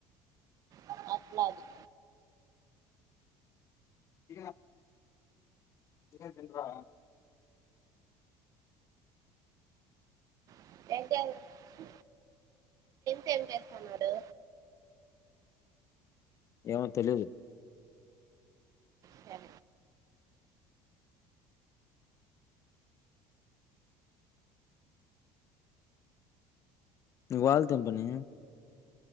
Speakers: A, on the right; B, on the left.
A: అ అట్లా అది
B: ఇగ తినేది తినడ్రా
A: <unintelligible> ఏం చేస్తాన్నడు
B: ఏమో తెలీదు
A: సరే
B: నీవాల్ తెంపని